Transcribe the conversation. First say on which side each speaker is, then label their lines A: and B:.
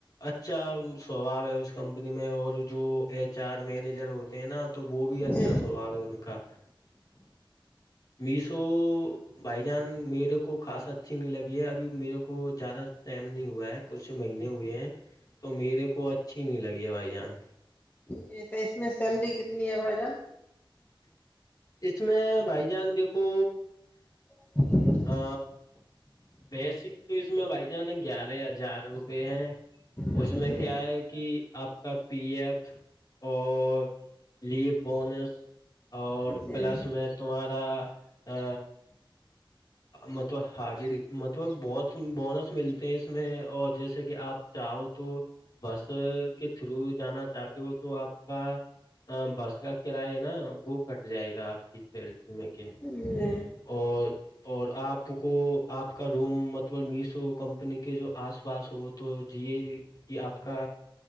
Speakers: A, on the left; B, on the left.
A: اچھا سوباؤ ہے اس کمپنی میں اور جو ایچ آر مینیجر ہو نا تو وہ بھی اچھا
B: جی
A: سوبھاؤ ہے ان کا میشو بھائی جان میرے کو خاص اچھی نہیں لگی ہے ابھی میرے کو زیادہ ٹائم نہیں ہوا ہے کچھ مہینے ہوئے ہیں تو میرے کو اچھی نہیں لگی ہے بھائی جان
B: جی تو اس میں سیلری کتنی ہے بھائی جان
A: اس میں بھائی جان دیکھو
B: <inaudible>
A: آآ بیسک پیس میں بھائی جان گیارہ ہزار روپے ہیں
B: جی
A: اس میں
B: جی
A: کیا ہے کہ آپ کا پی ایف اور لیو بونس اور
B: جی
A: پلس میں تمہارا ا مطلب حاجی مطلب بہت بونس ملتے ہیں اس میں اور جیسے کہ آپ چاہو تو بس کے تھرو جانا چاہتے ہو تو آپ کا ہاں بس کا کرایہ ہے نا وہ کٹ جائے گا آپ کی سیلری میں کہ
B: جی
A: اور اور آپ کو آپ کا روم مطبل میسو کمپنی کے جو آس پاس ہو تو ج کہ آپ کا